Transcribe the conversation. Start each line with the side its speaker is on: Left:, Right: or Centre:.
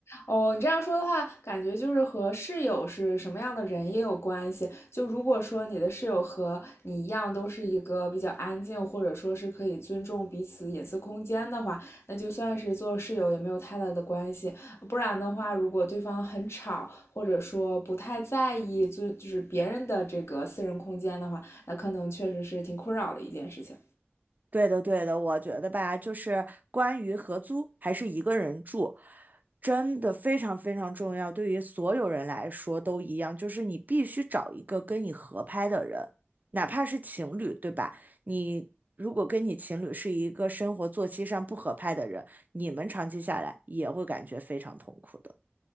Left: 哦，你这样说的话，感觉就是和室友是什么样的人也有关系。就如果说你的室友和你一样，都是一个比较安静，或者说是可以尊重彼此隐私空间的话，那就算是做室友也没有太大的关系。不然的话，如果对方很吵，或者说不太在意尊就是别人的这个私人空间的话，那可能确实是挺困扰的一件事情。
Right: 对的，对的，我觉得吧，就是关于合租还是一个人住，真的非常非常重要，对于所有人来说都一样，就是你必须找一个跟你合拍的人，哪怕是情侣，对吧？你如果跟你情侣是一个生活作息上不合拍的人，你们长期下来也会感觉非常痛苦的。